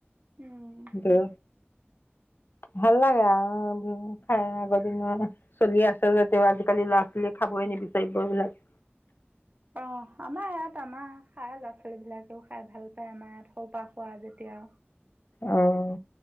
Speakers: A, on the right; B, on the left.
A: উম
B: এইটো। ভাল লাগে আও খায় আগৰ দিনৰ চলি আছে যদিও আজিকালি লৰা-ছোৱালী খাবই নিবিচাৰিব এইবিলাক।
A: অহ আমাৰ ইয়াত আমাৰ খায় ল'ৰা ছোৱালী বিলাকেও খায় ভাল পায় আমাৰ ইয়াত সৰু পা খোৱা যেতিয়া।
B: অঁ